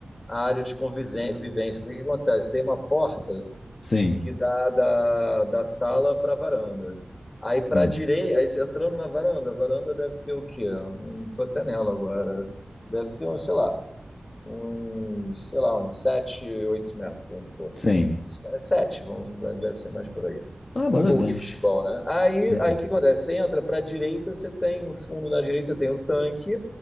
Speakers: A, on the left; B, on the left.
A: a área de convivência. Porque o que acontece? Tem uma porta
B: Sim.
A: que dá da, da sala pra varanda. Aí pra
B: Hum.
A: direita, aí você entrando na varanda, a varanda deve ter o quê? Hum, tô até nela agora. Deve ter, um, sei lá, uns, sei lá, uns 7, 8 metros, vamos supor.
B: Sim.
A: É sete, vamos, deve ser mais por aí.
B: Tá, banda
A: Um gol
B: grande.
A: de futebol, né? Aí,
B: Sim.
A: aí o que acontece? Você entra para a direita, você tem no fundo, na direita, você tem o tanque